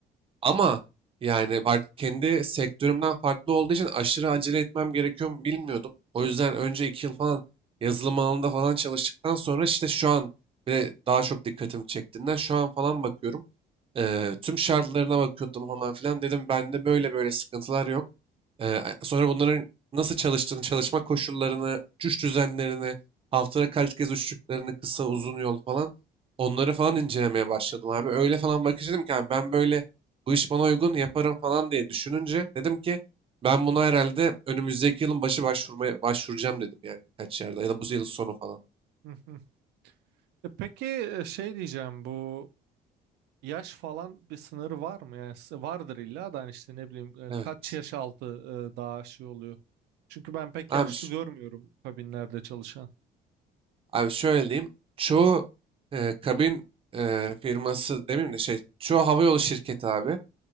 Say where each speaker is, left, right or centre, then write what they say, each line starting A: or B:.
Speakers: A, on the right (about 30°); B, on the right (about 85°).
A: Ama yani bak kendi sektörümden farklı olduğu için aşırı acele etmem gerekiyor mu bilmiyordum. O yüzden önce iki yıl falan yazılım alanında falan çalıştıktan sonra işte şu an ve daha çok dikkatimi çektiğinden şu an falan bakıyorum. Eee, tüm şartlarına bakıyordum falan filan dedim bende böyle böyle sıkıntılar yok. Ee, sonra bunların nasıl çalıştığını, çalışma koşullarını, uçuş düzenlerini, haftada kaç kez uçtuklarını, kısa uzun yol falan onları falan incelemeye başladım abi. Öyle falan bakış dedim ki abi ben böyle bu iş bana uygun yaparım falan diye düşününce dedim ki ben buna herhalde önümüzdeki yılın başı başvurmaya başvuracağım dedim yani birkaç yerde ya da bu yıl sonu falan.
B: Hı hı. E Peki e, şey diyeceğim bu yaş falan bir sınırı var mı? Yani s- vardır illa da hani işte ne bileyim e,
A: Evet.
B: kaç yaş altı e, daha şey oluyor. Çünkü ben pek yaşlı
A: Abi, ş-
B: görmüyorum kabinlerde çalışan.
A: abi şöyle diyeyim. Çoğu e, kabin e, firması demeyeyim de şey çoğu havayolu şirketi abi